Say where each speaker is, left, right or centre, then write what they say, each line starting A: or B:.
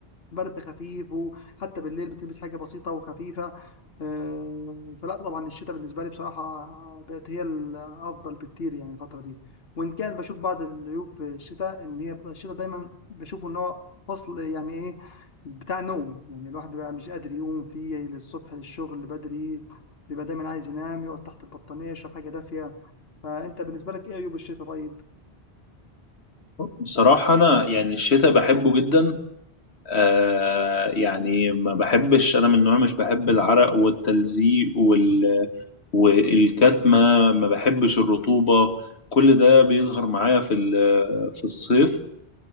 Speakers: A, on the left; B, on the left.
A: برد خفيف وحتى بالليل بتلبس حاجة بسيطة وخفيفة آه، فلا طبعا الشتاء بالنسبة لي بصراحة بقت هي الأفضل بكتير يعني الفترة دي وإن كان بشوف بعض العيوب في الشتاء إن هي بتبقى الشتاء دايما بشوفه إن هو فصل يعني إيه بتاع نوم يعني الواحد بيبقى مش قادر يقوم فيه للصبح للشغل بدري بيبقى دايما عايز ينام يقعد تحت البطانية يشرب حاجة دافية فأنت بالنسبة لك إيه عيوب الشتاء طيب؟
B: بصراحة أنا يعني الشتاء بحبه جدا آه يعني ما بحبش أنا من النوع مش بحب العرق والتلزيق وال والكتمة ما بحبش الرطوبة كل ده بيظهر معايا في ال- في الصيف